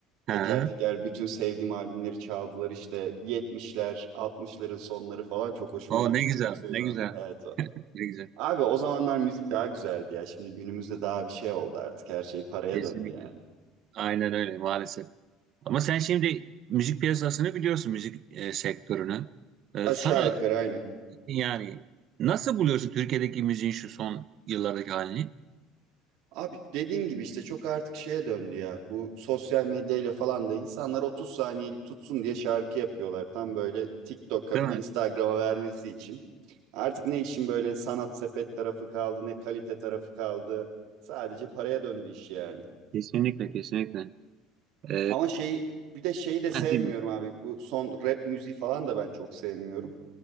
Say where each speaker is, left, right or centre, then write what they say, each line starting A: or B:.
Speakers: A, on the right (about 70°); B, on the right (about 50°).
A: Teker
B: Ha.
A: teker bütün sevdiğim albümleri çaldılar işte 70'ler, 60'ların sonları falan çok hoşuma
B: O
A: gitti.
B: ne güzel
A: Çok seviyorum
B: ne güzel
A: abi. Evet.
B: ne güzel.
A: Abi o zamanlar müzik daha güzeldi ya. Şimdi günümüzde daha bir şey oldu artık. Her şey paraya
B: Kesinlikle.
A: döndü yani.
B: Aynen öyle maalesef. Ama sen şimdi müzik piyasasını biliyorsun, müzik e, sektörünü. E,
A: Aşağı
B: sana
A: yukarı aynı.
B: yani nasıl buluyorsun Türkiye'deki müziğin şu son yıllardaki halini?
A: Abi dediğim gibi işte çok artık şeye döndü ya. Bu sosyal medyayla falan da insanlar 30 saniyelik tutsun diye şarkı yapıyorlar. Tam böyle TikTok'a,
B: Değil mi?
A: Instagram'a vermesi için. Artık ne işin böyle sanat sepet tarafı kaldı, ne kalite tarafı kaldı. Sadece paraya döndü iş yani.
B: Kesinlikle, kesinlikle. E,
A: Ama şey bir de şeyi de sevmiyorum
B: ben dinliyorum.
A: abi. Bu son rap müziği falan da ben çok sevmiyorum.